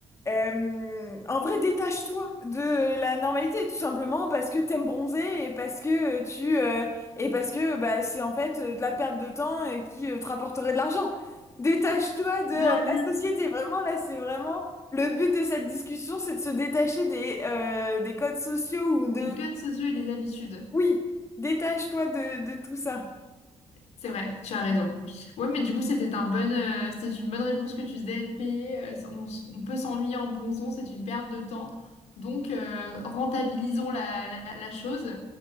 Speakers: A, on the left; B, on the left.
A: euh, en vrai, détache-toi de la normalité, tout simplement parce que t'aimes bronzer et parce que euh, tu... euh, et parce que bah, c'est en fait euh, de la perte de temps euh, qui euh, te rapporterait de l'argent. Détache-toi de
B: Bien,
A: euh, la société. Vraiment, là, c'est vraiment... Le but de cette discussion, c'est de se détacher des, euh, des codes sociaux ou de...
B: les codes sociaux et les habitudes.
A: Oui, détache-toi de, de tout ça.
B: C'est vrai, tu as raison. Ouais, mais du coup, c'était un bon, euh, c'était une bonne réponse que tu disais, être payé. euh, on, s- on peut s'ennuyer en bronzant, c'est une perte de temps. Donc, euh, rentabilisons la, la, la chose